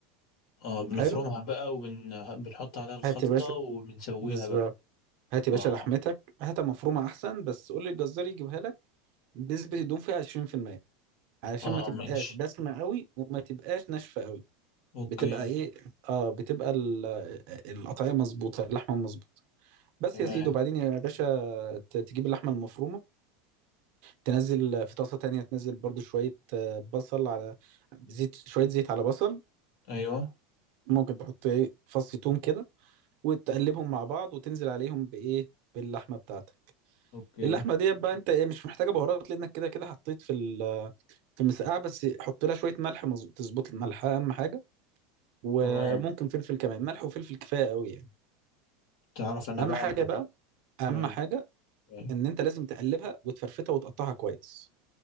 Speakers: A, on the left; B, on the right.
A: اه بنفرمها
B: حلو
A: بقى وبنحط عليها الخلطة
B: هات يا باشا
A: وبنسويها
B: بالظبط
A: بقى
B: هات يا
A: اه
B: باشا لحمتك هاتها مفرومه احسن بس قول للجزار يجيبها لك نسبه الدهون فيها 20% علشان
A: اه
B: ما تبقاش
A: ماشي
B: دسمه قوي وما تبقاش ناشفه قوي
A: اوكي
B: بتبقى ايه اه بتبقى ال- القطعيه مظبوطه اللحمه مظبوطه بس
A: تمام
B: يا سيدي وبعدين يا باشا ت- تجيب اللحمه المفرومه تنزل في طاسه تانية تنزل برضو شويه آه، بصل على زيت شويه زيت على بصل
A: ايوه
B: ممكن تحط ايه فص ثوم كده وتقلبهم مع بعض وتنزل عليهم بايه باللحمه بتاعتك
A: اوكي
B: اللحمه دي بقى انت ايه مش محتاجه بهارات لانك كده كده حطيت في ال- في المسقعه بس حط لها شويه ملح مظ- تظبط الملح اهم حاجه وممكن
A: تمام
B: فلفل كمان ملح وفلفل كفايه قوي يعني
A: تعرف انا
B: اهم
A: بقى
B: حاجه بقى اهم
A: انا ايوه
B: حاجه
A: أيوة.
B: ان انت لازم تقلبها وتفرفتها وتقطعها كويس